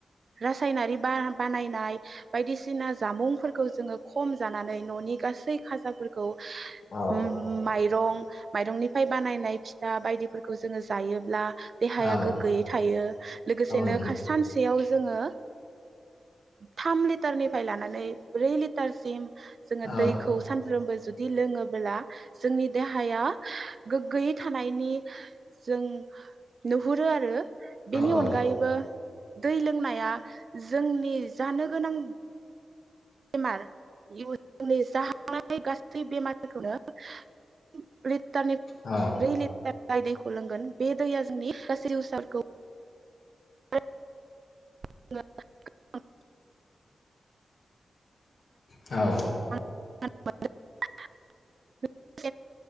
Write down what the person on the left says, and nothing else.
औ
औ
नंगौ
औ
औ
औ
औ